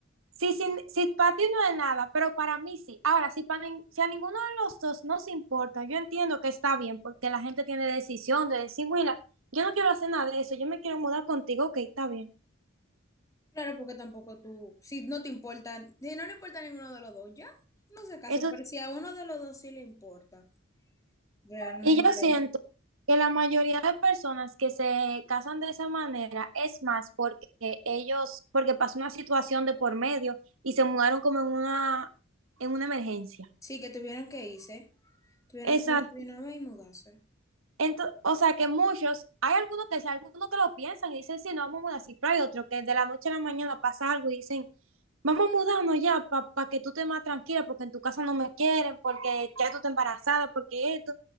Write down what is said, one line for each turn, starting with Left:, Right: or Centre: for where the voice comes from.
Right: si, sin- si para ti no es nada, pero para mí sí. Ahora, si, para, nin- si a ninguno de los dos no se importa, yo entiendo que está bien porque la gente tiene decisión de decir, mira, yo no quiero hacer nada de eso, yo me quiero mudar contigo, ok, está bien.
Left: Claro, porque tampoco tú, si no te importa, si no le importa a ninguno de los dos, ya, no se casen,
Right: Eso,
Left: pero si a uno de los dos sí le importa, realmente,
Right: Y yo siento que la mayoría de personas que se casan de esa manera es más porque ellos, porque pasó una situación de por medio y se mudaron como en una, en una emergencia.
Left: sí que tuvieron que irse, tuvieron
Right: Exacto.
Left: que irse de una vez y mudarse.
Right: Ento- o sea que muchos, hay algunos que, sí, algunos que lo piensan y dicen, sí, no vamos a mudar, sí, pero hay otros que de la noche a la mañana pasa algo y dicen, vamos a mudarnos ya para que tú te más tranquila, porque en tu casa no me quieren, porque ya tú estás embarazada, porque esto,